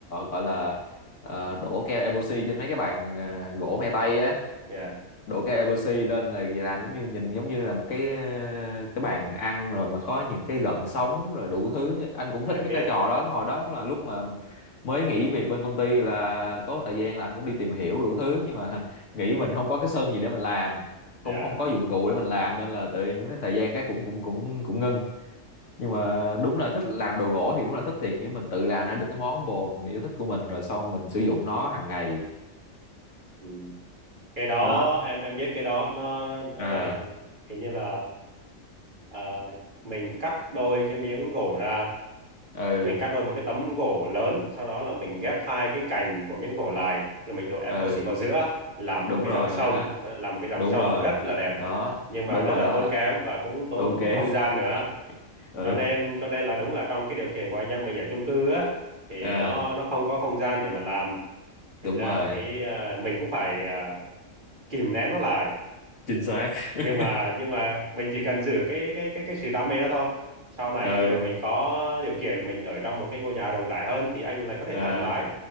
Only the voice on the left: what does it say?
gọi là ờ, đổ keo epoxy trên mấy cái bàn ờ, gỗ me tây á
đổ cái ABC lên là làm giống như nhìn giống như là một cái ờ, cái bàn ăn rồi mà có những cái gợn sóng rồi đủ thứ anh cũng
thích mấy
cái trò đó hồi đó là lúc mà mới nghỉ việc bên công ty là có thời gian là anh cũng đi tìm hiểu đủ thứ nhưng mà <laughs> nghĩ mình không có cái sân gì để mình làm
không không có dụng cụ để mình làm nên là tự nhiên cái thời gian cái cũng cũng cũng cũng ngưng nhưng mà đúng là thích làm đồ gỗ thì đúng là thích thiệt nghĩa mình tự làm ra được cái món bồ mình yêu thích của mình rồi sau mình sử dụng nó hàng ngày
đó
à
ừ
ừ
đúng
rồi
nó đó
đúng
rồi
đó
đúng
rồi
đó
tốn kém
<laughs> ừ
à,
đúng
rồi
chính xác
<laughs>
ừ
à,